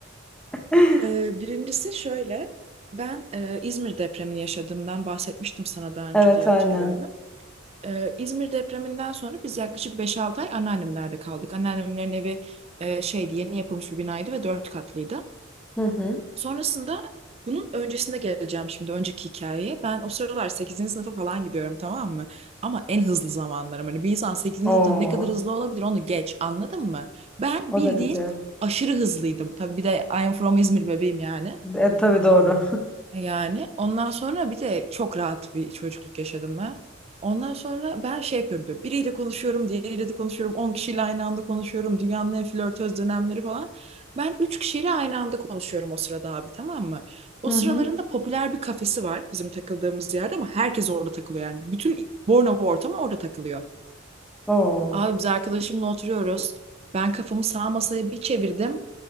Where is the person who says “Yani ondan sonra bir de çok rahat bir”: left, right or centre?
Right